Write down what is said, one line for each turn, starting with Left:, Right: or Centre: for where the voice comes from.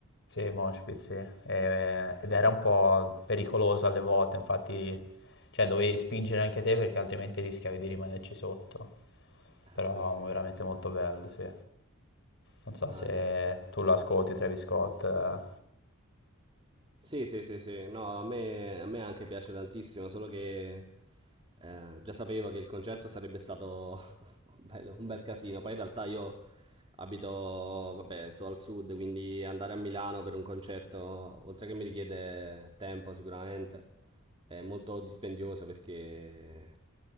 Left: Sì, mosh pit, sì. E- Ed era un po' pericoloso alle volte, infatti, cioè dovevi spingere anche te perché altrimenti rischiavi di rimanerci sotto. Però
Right: sì, sì.
Left: veramente molto bello, sì. Non so
Right: Ah,
Left: se tu lo ascolti, Travis Scott. eh,
Right: Sì, sì, sì, sì. No, a me, a me anche piace tantissimo, solo che eh, già sapevo che il concerto sarebbe stato <laughs> bello, un bel casino. Poi in realtà io abito, vabbè, sto al sud, quindi andare a Milano per un concerto, oltre che mi richiede tempo sicuramente, è molto dispendioso perché eh,